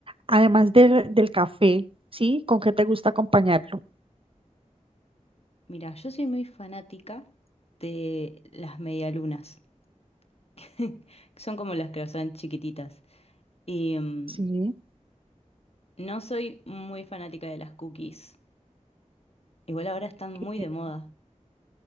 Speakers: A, on the right; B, on the left.
A: Además del, del café, ¿sí? ¿Con qué te gusta acompañarlo?
B: Mira, yo soy muy fanática de las medialunas, <laughs> que son como las que son chiquititas. Y mm,
A: Sí.
B: no soy muy fanática de las cookies. Igual ahora están muy
A: ok.
B: de moda.